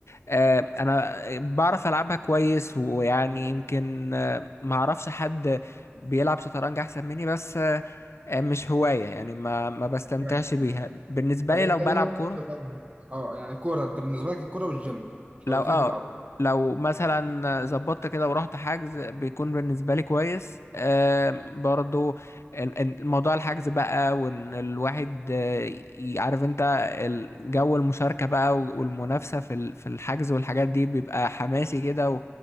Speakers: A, on the left; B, on the right.
A: آه، انا بعرف العبها كويس ويعني يمكن آه، ما اعرفش حد بيلعب شطرنج احسن مني بس آه، آه، مش هواية يعني ما ما بستمتعش
B: <laughs> فاهم،
A: بيها
B: فاهم.
A: بالنسبة
B: طب
A: لي
B: انت
A: لو بلعب
B: ايه هوايتك
A: كورة
B: في الشطرنج؟ اه يعني كوره انت بالنسبه لك الكوره والجيم انت
A: لو
B: قلت
A: اه
B: لي في الاول
A: لو مثلا ظبطت كده ورحت حجز بيكون بالنسبة لي كويس آه، برضو ال- ال- موضوع الحجز بقى وان الواحد آه، ي- عارف انت الجو المشاركة بقى والمنافسة في ال- في الحجز والحاجات دي بيبقى حماسي كده